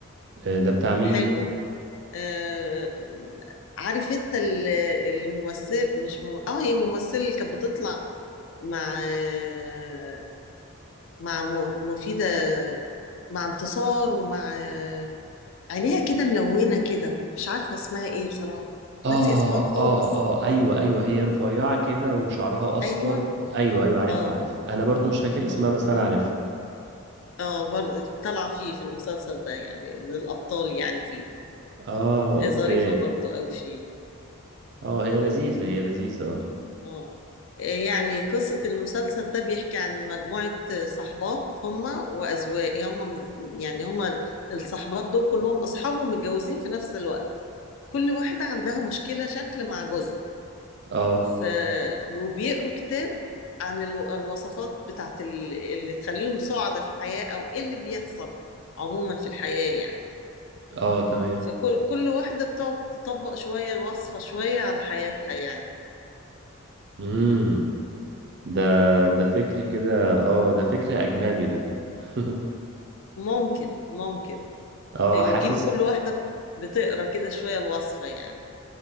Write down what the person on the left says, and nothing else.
حلو آه، عارف انت ال- الممثل مش مم... اه هي ممثلة اللي كانت بتطلع مع آه، مع م- مفيدة مع انتصار ومع آه، عينيها كده ملونة كده مش عارفة اسمها ايه بصراحة
ناسي اسمها خالص
ايوه
اه
اه
اه برضه طالعة فيه في المسلسل ده يعني من الأبطال يعني فيه
آه،
ظريفة برضه أوي فيه
اه آه، يعني قصة المسلسل ده بيحكي عن مجموعة آه، صحبات هما وأزواج هما مز- يعني هما الصحبات دول كلهم أصحاب ومتجوزين في نفس الوقت كل واحدة عندها مشكلة شكل مع جوزها
ف وبيقروا كتاب عن الو- الوصفات بتاعت ال- اللي تخليهم سعداء في الحياة أو إيه اللي بيحصل عموما في الحياة يعني
فكل كل واحدة بتقعد تطبق شوية الوصفة شوية على حياتها يعني
ممكن ممكن
يجيبوا
كل واحدة بتقرا كده شوية الوصفة يعني